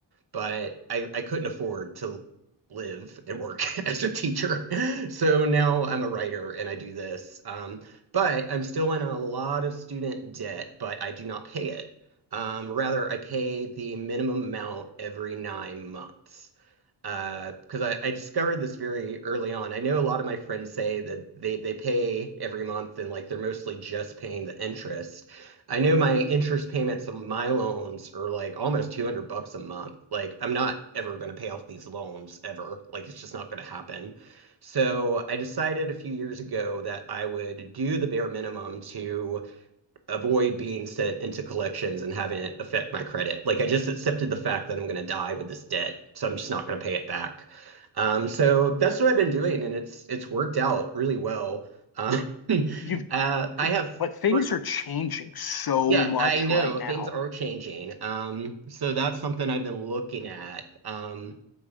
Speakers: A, on the right; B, on the left.
A: but I I couldn't afford to live and work <laughs> as a teacher. <laughs> So now I'm a writer and I do this. Um, but I'm still in a lot of student debt, but I do not pay it. Um, rather, I pay the minimum amount every nine months uh, because I, I discovered this very early on. I know a lot of my friends say that they, they pay every month and like they're mostly just paying the interest. I know my interest payments on my loans are like almost 200 bucks a month. Like I'm not ever going to pay off these loans ever. Like it's just not going to happen. So I decided a few years ago that I would do the bare minimum to avoid being sent into collections and having it affect my credit. Like I just accepted the fact that I'm going to die with this debt, so I'm just not going to pay it back. Um, so that's what I've been doing, and it's it's worked out really well. Um, <laughs>
B: You've
A: uh, I have,
B: but things
A: fr-
B: are changing so
A: yeah,
B: much
A: I know
B: right now
A: things are changing. Um, so that's something I've been looking at. Um,